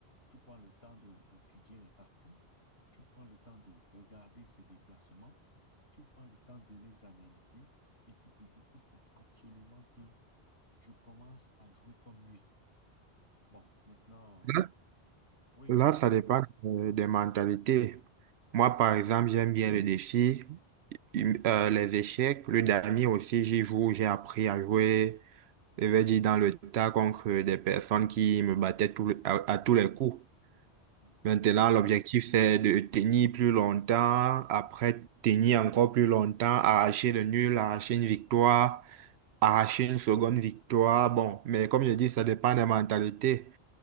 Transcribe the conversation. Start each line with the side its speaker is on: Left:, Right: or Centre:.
Left: Tu prends le temps de- d'étudier les parties, tu prends le temps de regarder ces déplacements, tu prends le temps de les analyser et tu te dis, il faut absolument que je commence à jouer comme lui. Bon, maintenant,
Right: Là,
Left: oui,
Right: là, ça dépend euh, des mentalités. Moi, par exemple, j'aime bien le défi. Hum, euh, les échecs, le damier aussi, j'y joue, j'ai appris à jouer, je vais dire, dans le tas contre des personnes qui me battaient tout le- à, à tous les coups.
Left: mhm,
Right: Maintenant, l'objectif, c'est de tenir plus longtemps, après tenir encore plus longtemps, arracher le nul, arracher une victoire, arracher une seconde victoire. Bon, mais comme je dis, ça dépend des mentalités.